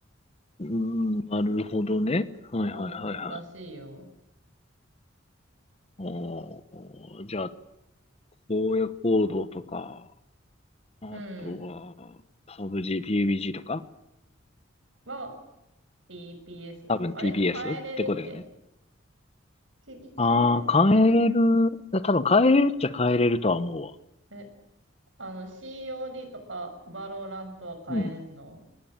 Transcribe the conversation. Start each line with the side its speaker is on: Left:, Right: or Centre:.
Left: うん、なるほどね。はいはいはいはい。
Right: そうそう、らしいよ。
Left: おー、じゃあ、荒野行動とか、あとは、
Right: うん。
Left: PUBG、PUBG とか
Right: は、BPS だ。
Left: 多分
Right: あれ変えれるっけ
Left: TBS ってことだよね。
Right: 切り替えれるっけ
Left: ああ、変えれる。多分変えれるっちゃ変えれるとは思うわ。
Right: え、あの COD とかバローラントは変えれんの
Left: うん。